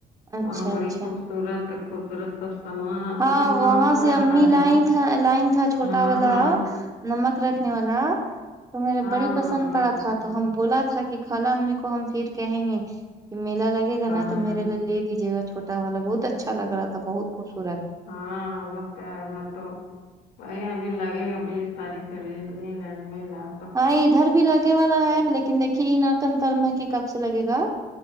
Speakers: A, on the right (about 20°); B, on the left (about 80°).
A: اچھا
B: وہاں بڑی
A: اچھا
B: خوب سورت خوبصورت سب سامان آتا
A: ہاں
B: تھوڑا مہنگا
A: وہاں سے امی
B: رہتا ہے
A: لائ تھا لائ تھا چھوٹا
B: ہاں
A: والا
B: ہاں
A: نمک رکھنے والا تو میرے
B: ہاں
A: بڑی پسند
B: ہاں بہت
A: پڑا
B: اچھا
A: تھا تو ہم بولا تھا کی کال امی کو ہم پھر کہیں گے کہ میلا لگے گا
B: ہاں
A: نا تو میرے لے لے دیجیے گا چھوٹا والا بہت اچھا لگ رہا تھا بہت خبصورت
B: ہاں وقت ہے میں تو وہی ابھی لگے گا بیس تاریخ سے ڈیزنی لینڈ میلا
A: ہاں ادھر بھی لگے والا ہے لیکن دیکھیے یی نہ کنفرم ہے کی کب سے لگے گا